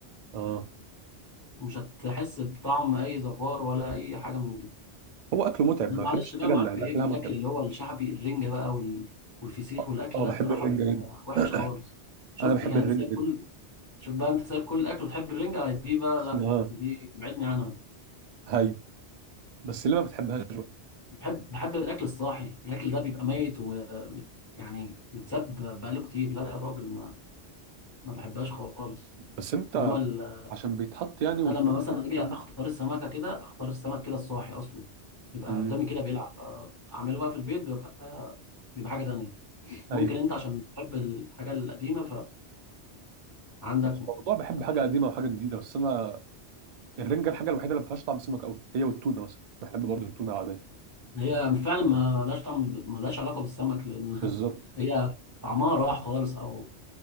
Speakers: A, on the right; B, on the left.
A: اه
B: ومش هتحس بطعم اي زفار ولا اي حاجه من دي
A: هو اكله متعب
B: انا
A: ما
B: معلش
A: بحبش الحاجه
B: بقى معاك
A: اللي اللي
B: في ايه
A: اكلها
B: في الاكل
A: متعب
B: اللي هو الشعبي الرنجه بقى وال... والفسيخ
A: اه
B: والاكل
A: آه،
B: ده
A: بحب
B: بصراحه
A: الرنجه
B: بيبقى
A: جدا
B: وحش خالص
A: <clears throat>
B: شفت
A: انا بحب
B: يعني
A: الرنجه
B: انت سايب
A: جدا
B: كل شوف بقى انت سايب كل الاكل وتحب الرنجه دي بقى
A: اه
B: لا دي ابعدني عنها
A: هاي بس ليه ما بتحبهاش بقى
B: بحب بحب الاكل الصاحي الاكل ده بيبقى ميت ومت يعني متساب بقاله كتير لا يا راجل ما, ما بحبهاش خالص
A: بس انت
B: انما ال...
A: عشان بيتحط يعني وفي
B: انا لما
A: ملح
B: مثلا
A: والكلام
B: اجي اختار
A: ده
B: السمكه كده اختار السمك كده الصاحي اصلا يبقى
A: امم
B: قدامي كده بيلعب آه، اعمله بقى في البيت بيبقى بيبقى حاجه تانية ممكن
A: ايوه
B: انت عشان بتحب الحاجه القديمه فعندك
A: مش موضوع بحب
B: يعني
A: حاجه قديمه وحاجه جديده بس انا الرنجه الحاجه الوحيده اللي ما فيهاش طعم سمك قوي هي والتونه مثلا بحب برضه التونه العاديه
B: إن هي فعلا ما
A: آه.
B: لهاش طعم ما لهاش علاقه بالسمك لان
A: بالظبط
B: <laughs> هي طعمها راح خالص او